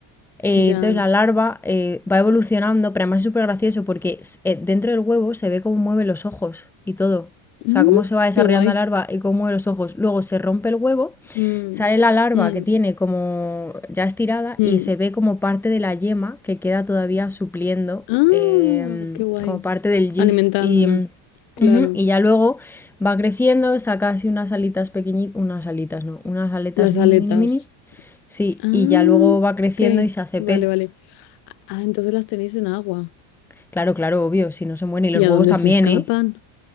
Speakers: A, in the centre; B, on the left.
A: Eh,
B: ya.
A: entonces la larva eh, va evolucionando, pero además es súper gracioso porque eh, dentro del huevo se ve cómo mueve los ojos y todo.
B: Mm,
A: O sea, cómo se va desarrollando
B: qué guay.
A: la larva y cómo mueve los ojos. Luego se rompe el huevo,
B: Mm,
A: sale la larva
B: mm,
A: que tiene como ya estirada
B: mm.
A: y se ve como parte de la yema que queda todavía supliendo
B: Ah,
A: em,
B: qué guay.
A: como parte del gist.
B: Alimentándola.
A: Y, mm,
B: Claro.
A: ujú, y ya luego va creciendo, saca así unas alitas pequeñitas, unas alitas, no, unas aletas
B: Las
A: mini,
B: aletas.
A: mini, mini Sí,
B: Ah,
A: y ya luego va creciendo
B: ok.
A: y se hace
B: Vale,
A: pez.
B: vale. Ah, entonces las tenéis en agua.
A: Claro, claro, obvio, si no se mueren.
B: ¿Y
A: Y los huevos
B: a dónde
A: también,
B: se escapan?
A: ¿eh?